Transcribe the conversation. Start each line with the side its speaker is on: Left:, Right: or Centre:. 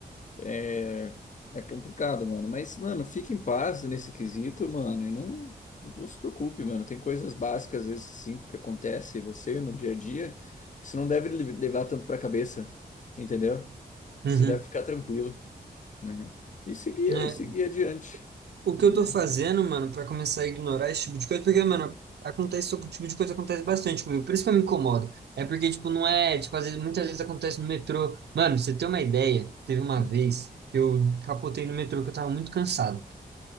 Left: É, é complicado, mano. Mas, mano, fique em paz nesse quesito, mano. E não, não se preocupe, mano. Tem coisas básicas, às vezes, sim, que acontece em você no dia a dia, que você não deve le- levar tanto pra cabeça, entendeu?
Right: Uhum.
Left: Você deve ficar tranquilo, né? E seguir,
Right: É,
Left: seguir adiante,
Right: O que
Left: né?
Right: eu tô fazendo, mano, pra começar a ignorar esse tipo de coisa, porque, mano, acontece, esse tipo de coisa acontece bastante comigo, por isso que eu me incomodo. É porque, tipo, não é, tipo, às vezes, muitas vezes acontece no metrô. Mano, pra você ter uma ideia, teve uma
Left: Hum,
Right: vez que eu capotei no metrô que eu tava muito cansado.